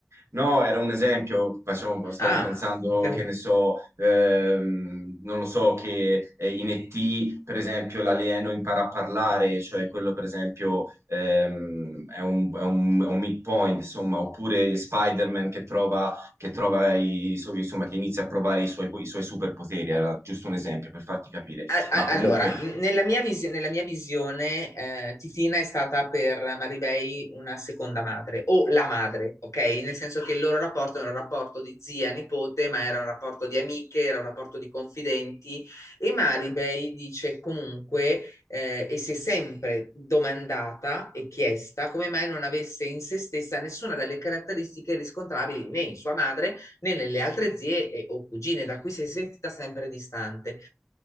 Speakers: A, on the right; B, on the left.
A: No, era un esempio, facciamo- stavo
B: Ah,
A: pensando
B: ok.
A: che ne so, ehm, non lo so, che eh, in E.T., per esempio, l'alieno impara a parlare, cioè quello per esempio ehm, è un, è un- è un midpoint, insomma, oppure Spider-Man che trova, che trova i, suoi- insomma, che inizia a provare i suoi, i suoi superpoteri, era giusto un esempio per farti capire,
B: A- a-
A: ma comunque,
B: Allora, nella mia, visi- nella mia visione, eh, Titina è stata per Maribei una seconda madre o la madre, ok? Nel senso che il loro rapporto era un rapporto di zia-nipote, ma era un rapporto di amiche, era un rapporto di confidenti e Maribei dice comunque eh, e si è sempre domandata e chiesta come mai non avesse in se stessa nessuna delle caratteristiche riscontrabili né in sua madre né nelle altre zie e- o cugine, da cui si è sentita sempre distante.